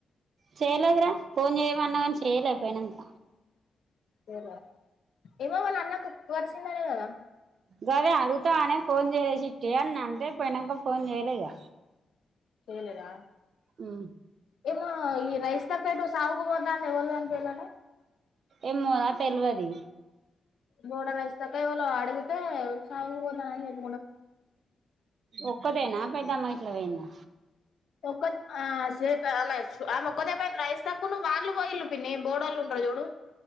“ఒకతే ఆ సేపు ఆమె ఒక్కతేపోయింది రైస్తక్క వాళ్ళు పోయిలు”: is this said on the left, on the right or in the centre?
Left